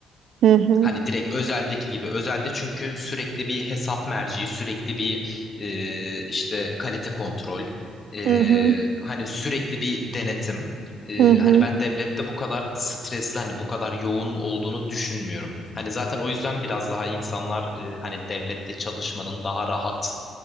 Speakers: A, on the right (about 70°); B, on the left (about 35°).
A: Hı hı.
B: Hani direkt özeldeki gibi. Özelde çünkü sürekli bir hesap merci, sürekli bir e, işte kalite kontrol, e,
A: Hı hı.
B: hani sürekli bir denetim. E,
A: Hı hı.
B: hani ben devlette bu kadar stresli, hani bu kadar yoğun olduğunu düşünmüyorum. Hani zaten o yüzden biraz daha insanlar e, hani devlette çalışmanın daha rahat